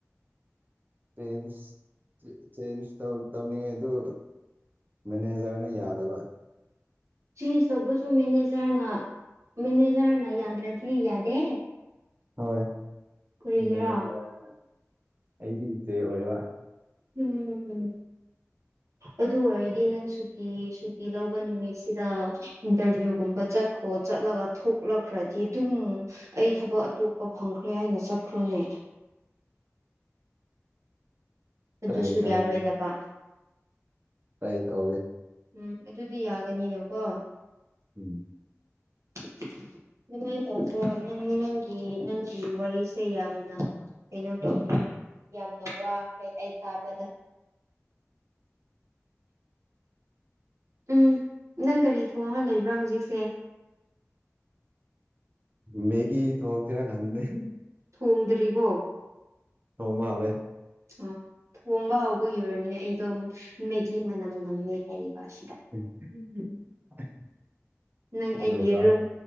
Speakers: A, on the right (about 40°); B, on the right (about 75°).
A: ꯇ꯭ꯔꯦꯟꯁ ꯆ ꯆꯦꯟꯁ ꯇꯧ ꯇꯧꯅꯤꯉꯥꯏꯗꯨ ꯃꯦꯅꯦꯖꯔꯅ ꯌꯥꯗꯕ
B: ꯆꯦꯟꯁ ꯇꯧꯕꯁꯨ ꯃꯦꯅꯦꯖꯔꯅ ꯃꯦꯅꯦꯖꯔꯅ ꯌꯥꯗ꯭ꯔꯗꯤ ꯌꯥꯗꯦ
A: ꯍꯣꯏ
B: ꯀꯔꯤꯒꯤꯔꯥ
A: ꯃꯦꯅꯦꯖꯔꯅ ꯑꯩꯒꯤ ꯏꯆꯦ ꯑꯣꯏꯕ
B: ꯎꯝ ꯑꯗꯨ ꯑꯣꯏꯔꯗꯤ ꯅꯪ ꯁꯨꯇꯤ ꯁꯨꯇꯤ ꯂꯧꯕ ꯅꯨꯃꯤꯠꯁꯤꯗ ꯏꯟꯇꯔꯚ꯭ꯌꯨꯒꯨꯝꯕ ꯆꯠꯈ꯭ꯔꯣ ꯆꯠꯂꯒ ꯊꯣꯛꯂꯛꯈ꯭ꯔꯗꯤ ꯇꯨꯝ ꯑꯩ ꯊꯕꯛ ꯑꯇꯣꯞꯄ ꯐꯪꯈ꯭ꯔꯦ ꯍꯥꯏꯅ ꯆꯠꯈ꯭ꯔꯣꯅꯦ ꯑꯗꯨꯁꯨ
A: ꯇ꯭ꯔꯥꯏ ꯇꯧꯒꯦ
B: ꯌꯥꯔꯣꯏꯗꯕ
A: ꯇ꯭ꯔꯥꯏ ꯇꯧꯒꯦ
B: ꯎꯝ ꯑꯗꯨꯗꯤ ꯌꯥꯒꯅꯤꯅꯀꯣ
A: ꯎꯝ
B: <inaudible> ꯑꯗꯨꯃꯥꯏꯟ ꯇꯧꯈ꯭ꯔꯣ ꯅꯪ ꯅꯪꯒꯤ ꯅꯪꯒꯤ ꯋꯥꯔꯤꯁꯦ ꯌꯥꯝꯅ ꯀꯩꯅꯣ ꯇꯧ ꯌꯥꯝꯅ ꯋꯥꯈ꯭ꯔꯦ ꯑꯩ ꯇꯥꯕꯗ ꯎꯝ ꯅꯪ ꯀꯔꯤ ꯊꯣꯡꯉꯥ ꯂꯩꯕ꯭ꯔꯥ ꯍꯧꯖꯤꯛꯁꯦ
A: ꯃꯦꯒꯤ ꯊꯣꯡꯁꯤꯔꯥ ꯈꯪꯗꯦ
B: ꯊꯣꯡꯗ꯭ꯔꯤꯕꯣ
A: ꯊꯣꯡꯕ ꯍꯧꯔꯦ
B: ꯎꯝ ꯊꯣꯡꯕ ꯍꯧꯕꯒꯤ ꯑꯣꯏꯔꯝꯅꯤꯅꯦ ꯑꯩꯗꯣ ꯃꯦꯒꯤ ꯃꯅꯝ ꯅꯝꯃꯦ ꯍꯥꯏꯔꯤꯕ ꯑꯁꯤꯗ
A: <inaudible>
B: ꯅꯪ
A: ꯑꯗꯨꯒ
B: ꯑꯩꯒꯤ ꯔꯨꯝ